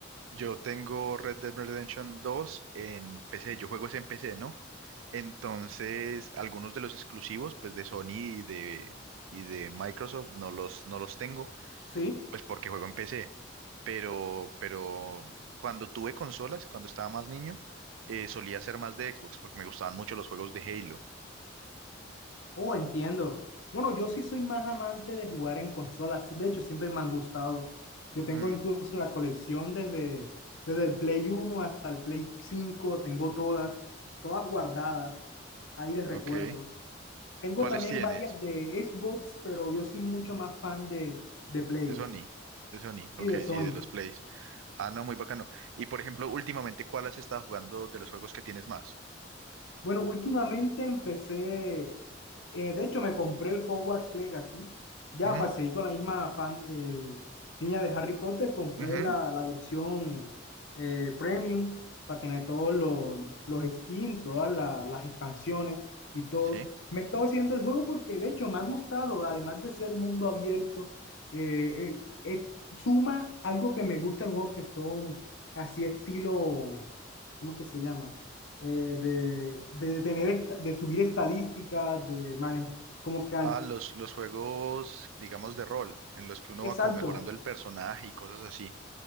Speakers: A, on the right (about 75°); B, on the left (about 75°).
A: Yo tengo Red Dead Redemption dos en PC. Yo juego es en PC, ¿no? Entonces, algunos de los exclusivos, pues de Sony y de, y de Microsoft, no los, no los tengo,
B: ¿Sí?
A: pues porque juego en PC. Pero, pero cuando tuve consolas, cuando estaba más niño, eh, solía ser más de Xbox porque me gustaban mucho los juegos de Halo.
B: Oh, entiendo. Bueno, yo sí soy más amante de jugar en consolas. De hecho, siempre me han gustado. Yo tengo
A: Mm,
B: incluso la colección desde, desde el Play uno hasta el Play cinco Tengo todas, todas guardadas, ahí de recuerdo.
A: ok.
B: Tengo
A: ¿Cuáles
B: también
A: tienes?
B: varias de Xbox, pero yo soy mucho más fan de, de Play,
A: De Sony. De Sony. Ok,
B: sí, de Sony.
A: sí, de los Plays. Ah, no, muy bacano. Y por ejemplo, últimamente, ¿cuál has estado jugando de los juegos que tienes más?
B: Bueno, últimamente empecé Eh, de hecho, me compré el Hogwarts Legacy. Ya
A: Ujú,
B: para seguir con la misma fan, eh, línea de Harry Potter, compré
A: ujú,
B: la, la versión eh, premium para tener todos los, los skins, todas la- las expansiones y todo.
A: Sí.
B: Me he estado haciendo el juego porque, de hecho, me ha gustado, además de ser mundo abierto, eh, eh, eh, suma algo que me gusta el juego, que son así estilo, ¿cómo es que se llama? eh, de, de tener esta- de subir estadísticas, de manejar, como que al-
A: Ah, los, los juegos, digamos, de rol, en los que uno
B: exacto,
A: va como mejorando el personaje y cosas así.